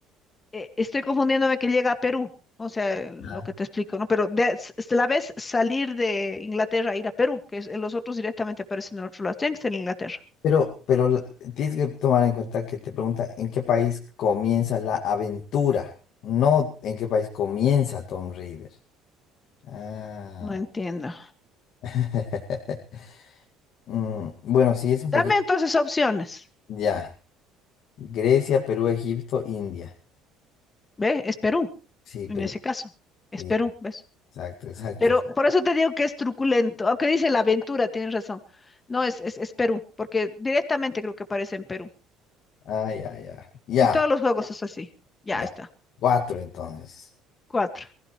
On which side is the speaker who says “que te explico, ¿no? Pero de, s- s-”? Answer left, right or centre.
Left